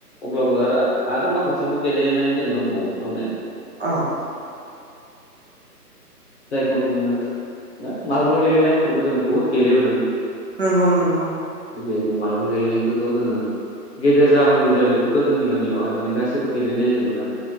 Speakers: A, on the left; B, on the right.
A: अब्लाबो आरो आरो माखासेखौ गेलेहोनाय जों दंबावो दंनाया।
B: अह।
A: जायखौ जों होनो। मार्बल गेलेनायफोरखौबो जों बुहुत गेलेबोदों
B: नंगौ नंगौ
A: गोदो मार्बबल गेलेनायखौथ' जोङो गेदेर जा उन्दै जा बेखौथ' जोंनि गामियावहाय माने गासैबो गेलेनाय जायोमोन आरो